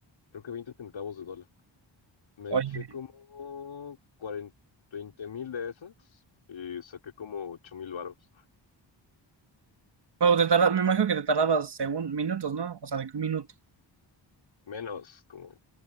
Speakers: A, on the left; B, on the right.
A: creo que 20 centavos de dólar. Me
B: Oye.
A: eché como 40 veinte mil de esas y saqué como ocho mil varos.
B: Pero te tarda- me imagino que te tardabas según minutos, ¿no? O sea, de que un minuto.
A: Menos, como